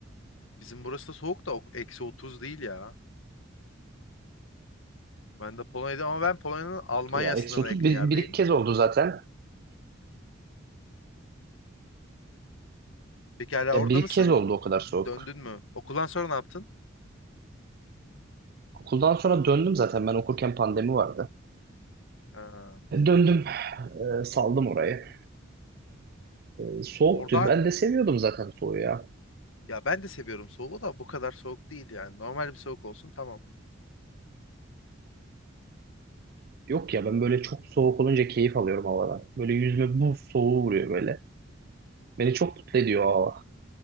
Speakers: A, on the left (about 80°); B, on the right (about 50°).
A: Bizim burası da soğuk da ok- eksi 30 değil ya. Ben de Polonya'da ama ben Polonya'nın Almanya
B: Ya eksi
A: sınırına
B: 30
A: yakın
B: bir,
A: yerdeyim.
B: bir iki kez oldu zaten.
A: Peki hala
B: Ya
A: orada
B: bir iki
A: mısın?
B: kez oldu o kadar soğuk.
A: Döndün mü? Okuldan sonra ne yaptın?
B: Okuldan sonra döndüm zaten. Ben okurken pandemi vardı.
A: Ha.
B: E, Döndüm. E, saldım orayı. E, soğuktu.
A: Orada
B: Ben de seviyordum zaten soğuğu ya.
A: ya ben de seviyorum soğuğu da bu kadar soğuk değil yani. Normal bir soğuk olsun tamam.
B: Yok ya ben böyle çok soğuk olunca keyif alıyorum havadan. Böyle yüzüme buz soğuğu vuruyor böyle. Beni çok mutlu ediyor o hava.